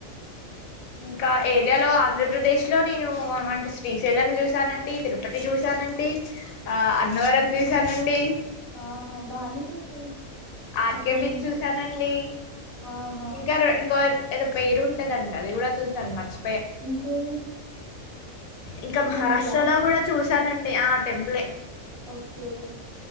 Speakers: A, on the left; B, on the right.
A: ఇంకా ఏరియాలో ఆంధ్రప్రదేశ్లో నేను ఏమంటు శ్రీశైలం చూసానండి తిరుపతి చూసానండి. ఆ అన్నవరం చూసానండి.
B: ఆహా! బానే చూసారు.
A: ఆర్కే
B: మొత్తం
A: బీచ్ చూసానండి
B: ఆహా!
A: ఇంకా రో ఇం ఇంకోర్ ఏదో పేరుటదం అది కూడా చూసాను మర్చి
B: ఇంకేవి
A: ఇంకా మహారాష్ట్రలో
B: టెంపులా?
A: గుడా చూస్ చూసానండి ఆ టెంపులె
B: ఓకే.